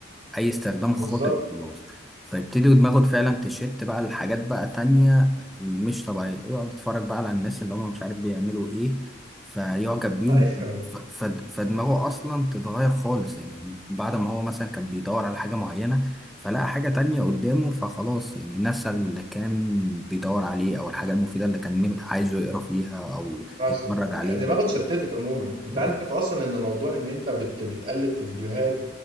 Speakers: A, in the centre; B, on the right.
A: اي استخدام
B: بالظبط
A: خاطئ وخلاص فيبتدي دماغه فعلا تشت بقى لحاجات بقى تانية مش طبيعية يقعد يتفرج بقى على الناس اللي هم مش عارف بيعملوا ايه فيعجب بيهم
B: <laughs> ايوه
A: ف- ف- فدماغه اصلا تتغير خالص يعني بعد ما هو مثلا كان بيدور على حاجة معينة فلقى حاجة تانية قدامه فخلاص يعني نسى اللي كان بيدور عليه او الحاجة المفيدة اللي كان عايزه يقرا فيها او
B: اصلا
A: يتفرج عليها
B: دماغه اتشتتت عموما انت
A: ب-
B: عارف اصلا ان موضوع ان انت بت... بتقلب في فيديوهات